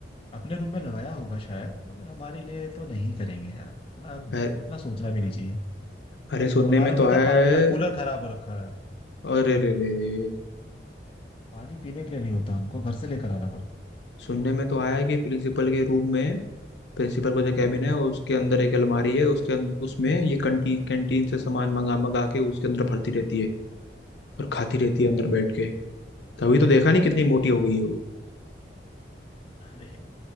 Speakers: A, on the left (about 30°); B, on the left (about 75°).
A: अपने रूम में लगाया होगा शायद मगर हमारे लिए तो नहीं करेंगे यार इतना
B: अ-
A: इतना सोचना भी नहीं चाहिए
B: अरे सुनने
A: हमारा
B: में तो
A: पता
B: आया
A: है पानी
B: है
A: का कूलर खराब हो रखा है
B: अरे रे रे रे
A: पानी पीने के लिए नहीं होता हमको घर से लेकर आना पड़ता है
B: सुनने में तो आया है कि प्रिंसिपल के रूम में प्रिंसिपल का जो कैबिन है उसके अंदर एक अलमारी है उसके अं- उसमें ये कंटी कैंटीन से सामान मंगा मंगा के उसके अंदर भरती रहती है और खाती रहती
A: अरे
B: है अंदर
A: वाह
B: बैठ के तभी तो देखा नहीं कितनी मोटी हो गई है वो
A: अरे